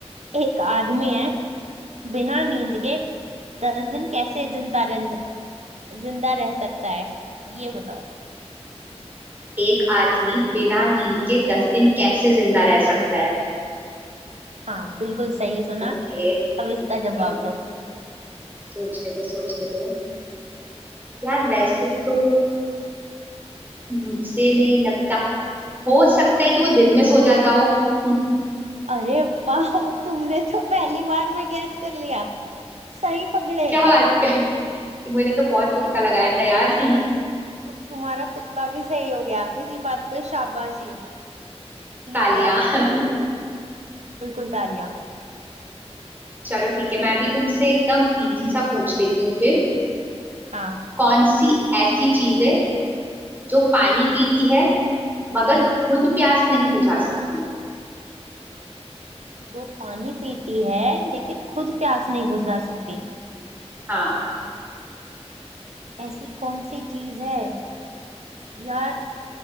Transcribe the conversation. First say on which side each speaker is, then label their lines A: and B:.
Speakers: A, on the right (about 80°); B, on the right (about 15°).
A: एक आदमी है बिना नींद के दस दिन कैसे जिंदा रह जिंदा रह सकता है ये बताओ
B: एक आदमी बिना नींद के दस दिन कैसे जिंदा रह सकता है
A: हाँ बिल्कुल सही सुना
B: ओके
A: अब इसका जवाब
B: तुम
A: दो
B: सोचने दो सोचने दो यार वैसे तो मुझे नहीं लगता हो सकता है कि वो दिन में सो जाता हो <laughs>
A: अरे वाह तुमने तो पहली बार में गैस कर लिया सही पकड़े
B: क्या बात कर मुझे तो बहुत तुक्का
A: इसी
B: लगाया
A: बात
B: था
A: पे
B: यार <laughs>
A: तु, तुम्हारा तुक्का भी सही हो गया इसी बात पे शाबाशी ठीक
B: तालिया
A: है अब
B: <laughs>
A: तुम पूछो। बिल्कुल तालियां
B: चलो ठीक है मैं भी तुमसे एकदम इजी सा पूछ लेती हूँ फिर
A: हाँ
B: कौन सी ऐसी चीज है जो पानी पीती है मगर खुद प्यास नहीं बुझा सकती
A: जो पानी पीती है लेकिन खुद प्यास नहीं बुझा सकती
B: हाँ
A: ऐसी कौन सी चीज है यार